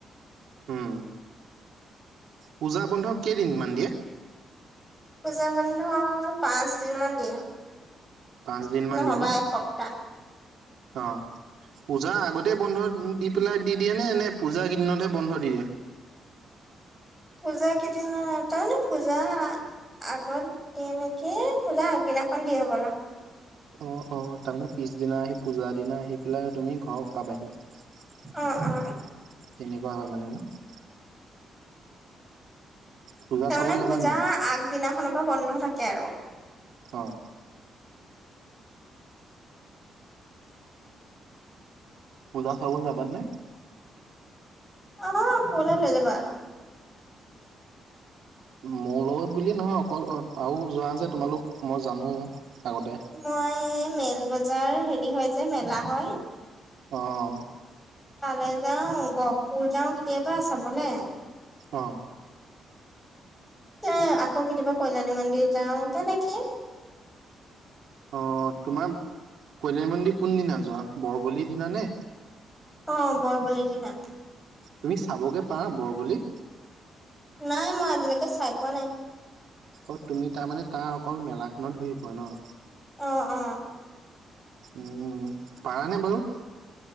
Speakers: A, on the right; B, in the centre.
A: উম পূজা বন্ধ কেইদিনমান দিয়ে?
B: পূজা বন্ধ পাঁচদিন মান দিয়ে।
A: পাঁচদিন মান
B: নহবা
A: দিয়ে ন?
B: এসপ্তাহ
A: অঁহ পূজা আগতেই বন্ধ দি পেলাই দি দিয়ে নে নে পূজাৰ কেইদিনতহে বন্ধ দি দিয়ে?
B: পূজা কেইদিনত তাৰমানে পূজা আগত দিয়ে নেকি, পূজা আগদিনাখন দিয়ে হ'বলা।
A: অঁ অঁ তাৰমানে পিছদিনা আহি পূজাৰ দিনা আহি পেলাই তুমি ঘৰত পাবাহি। তেনেকুৱা
B: অ অ
A: হয় মানে ন? পূজা
B: তাৰমানে
A: চাবলৈ যাবা
B: পূজা
A: নে নাই?
B: আগদিনাখনৰ পৰা বন্ধ থাকে আৰু।
A: অঁ। পূজা চাবলৈ যাবা নাই?
B: অঁ কলৈ লৈ যাবা?
A: মোৰ লগত বুলি নহয় অকল আৰু যোৱা যে তোমালোক মই জানো আগতে।
B: মই মেল বজাৰ হেৰি হয় যে মেলা হয়।
A: অঁ।
B: ফালে যাওঁ, গহপুৰ যাওঁ কেতিয়াবা চাবলে।
A: অঁ।
B: এ আকৌ কেতিয়াবা কল্যাণী মন্দিৰ যাওঁ তেনেকে।
A: অ তোমাৰ কল্যাণী মন্দিৰ কোন দিনা যোৱা বৰবলিৰ দিনা নে?
B: অঁ বৰবলি দিনা।
A: তুমি চাবগৈ পাৰা বৰবলি?
B: নাই মই আজিলৈকে চাই পোৱা নাই।
A: অ তুমি তাৰ মানে তাৰ অকল মেলাখনত ঘূৰি ফুৰা ন?
B: অঁ-অঁ।
A: উম, পাৰা নে বাৰু?